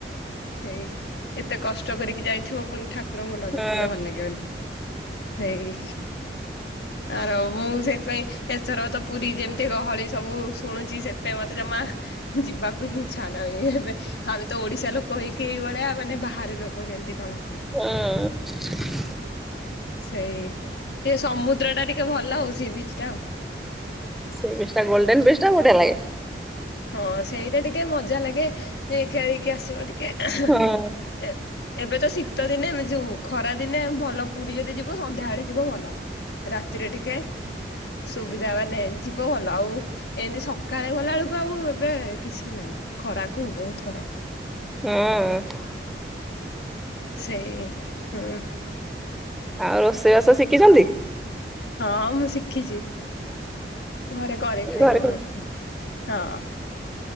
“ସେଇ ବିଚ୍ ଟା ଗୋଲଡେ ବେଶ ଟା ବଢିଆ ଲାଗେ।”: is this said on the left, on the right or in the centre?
Centre